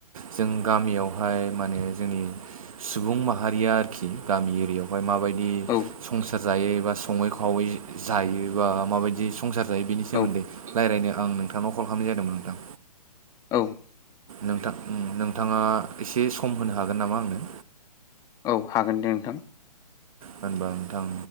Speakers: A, on the right; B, on the left.
A: जों गामियावहाय माने जोंनि सुबुं माहारिया आरोखि गामि एरियावहाय माबाय दि
B: औ
A: संसार जायो बा सङै खावै जायो बा माबायदि संसार जायो बेनि सोमोन्दै
B: औ
A: रायलायनो आं नोंथांनाव कल खामनाय जादोंमोन नोंथां।
B: औ।
A: नोंथां नोंथाङा एसे सम होनो हागोन नामा आंनो?
B: औ हागोन दे नोंथां।
A: होनबा नोंथां